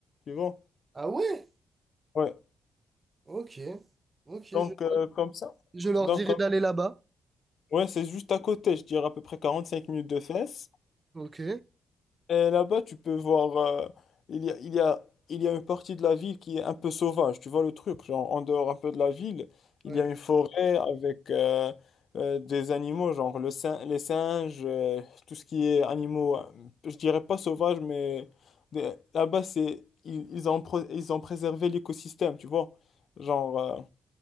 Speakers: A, on the left; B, on the right.
A: tu vois.
B: Ah ouais?
A: Ouais,
B: Ok. Ok,
A: donc
B: je,
A: euh, comme ça.
B: je leur
A: Donc,
B: dirai d'aller là-bas.
A: Ouais, c'est juste à côté, je dirais à peu près 45 minutes de Fès.
B: Ok.
A: Et là-bas, tu peux voir, euh, il y a, il y a, il y a une partie de la ville qui est un peu sauvage, tu vois le truc, genre en dehors un peu de la ville, il
B: Ouais.
A: y a une forêt avec euh, euh, des animaux, genre le sing- les singes, euh, tout ce qui est animaux, euh, je dirais pas sauvage, mais des- là-bas, c'est, ils, ils ont, pro- ils ont préservé l'écosystème, tu vois. Genre, euh,